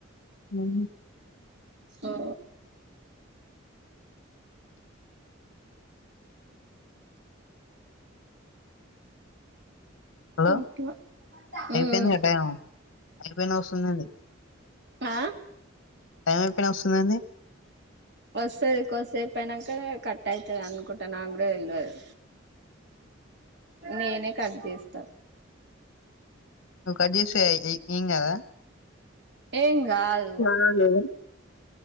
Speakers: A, on the left; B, on the right.
A: ఉహూ
B: ఓ
A: హలో
B: అట్లా ఉమ్
A: ఐపోయింది గా టైము ఐపోయినా వస్తుందేంది
B: ఆ
A: టైం ఐపోయినా వస్తుందేండి
B: వొసది కొద్దిసేపు అయినాంక కట్ అయితది అనుకుంటా నాకు కూడా తెల్వదు నేనే కట్ చేస్తా
A: నువ్ కట్ జేస్తే ఏ ఏం కదా
B: ఏం గాదు
A: కాదు